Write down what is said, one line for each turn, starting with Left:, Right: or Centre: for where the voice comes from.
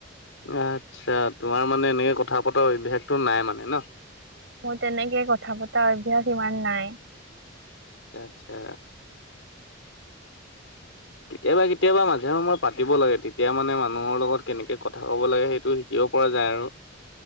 Left: আচ্ছা' তোমাৰ মানে এনেকে কথা পতা অভ্যাসটো নাই মানে ন?
Right: মোৰ তেনেকে কথা পতা অভ্যাস ইমান নাই।
Left: আচ্ছা'। কেতিয়াবা কেতিয়াবা মাজে সময় পাতিব লাগে। তেতিয়া মানে মানুহৰ লগত কেনেকে কথা ক'ব লাগে সেইটো শি কিব পৰা যায় আৰু